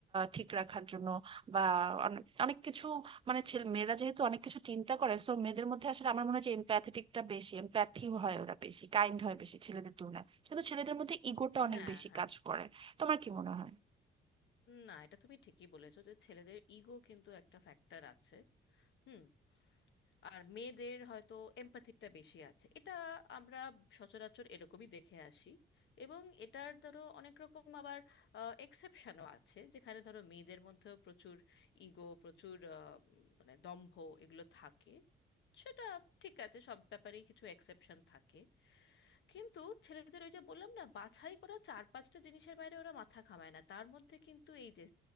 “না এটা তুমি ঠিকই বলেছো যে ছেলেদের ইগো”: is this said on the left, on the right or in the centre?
Left